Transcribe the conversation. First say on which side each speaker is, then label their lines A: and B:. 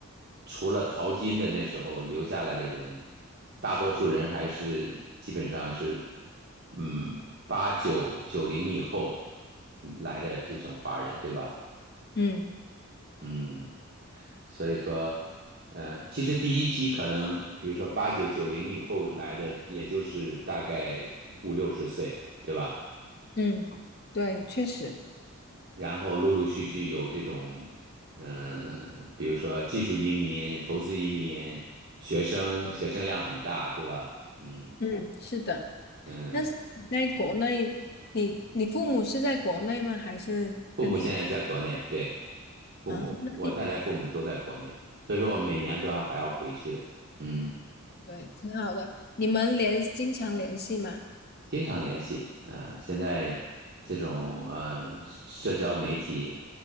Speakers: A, on the right; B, on the left.
A: 除了淘金的那时候留下来的人，大多数人还是基本上是，嗯，八九九零以后来的这种华人，对吧？
B: 嗯
A: 嗯，所以说，嗯、其实第一批可能，比如说八九九零以后来的，也就是大概五六十岁，对吧？
B: 嗯，对，确实。
A: 然后陆陆续续有这种，嗯、比如说技术移民、投资移民、学生，学生量很大，对吧？嗯
B: 嗯，是的。
A: 嗯，
B: 那是你在国内，你你父母是在国内吗？还是跟你
A: 父母现在在国内，对，父母，
B: 啊？那
A: 我太太父母都在国内，所以说我每年都要还要回去的，嗯。
B: 对，挺好的。你们联经常联系吗？
A: 经常联系，呃，现在这种呃社交媒体，